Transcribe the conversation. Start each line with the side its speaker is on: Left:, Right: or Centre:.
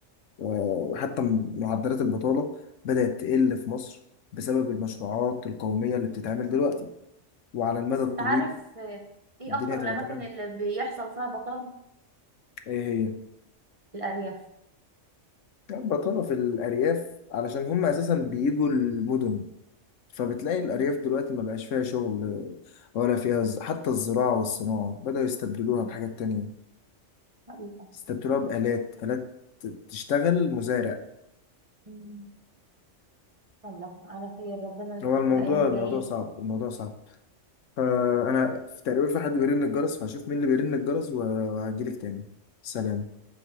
Left: وحتى معدلات البطالة بدأت تقل في مصر بسبب المشروعات القومية اللي بتتعمل دلوقتي وعلى المدى
Right: بس
Left: الطويل
Right: انت عارف آه، ايه
Left: الدنيا
Right: اكتر
Left: هتبقى
Right: الاماكن
Left: تمام
Right: اللي بيحصل فيها بطاله
Left: ايه هي
Right: الارياف
Left: كانت بطالة في الأرياف علشان هم أساسا بيجوا المدن فبتلاقي
Right: مم.
Left: الأرياف دلوقتي ما بقاش فيها شغل ولا فيها ز- حتى الزراعة والصناعة بدأوا يستبدلوها
Right: مم.
Left: بحاجات تانية
Right: حقيقة.
Left: استبدلوها بآلات آلات تشتغل مزارع
Right: مم. الله على خير ربنا يستر
Left: هو الموضوع
Right: في الايام الجايه
Left: الموضوع صعب الموضوع صعب فأنا في تقريبا في حد بيرن الجرس فهشوف مين اللي بيرن الجرس وهجيلك تاني سلام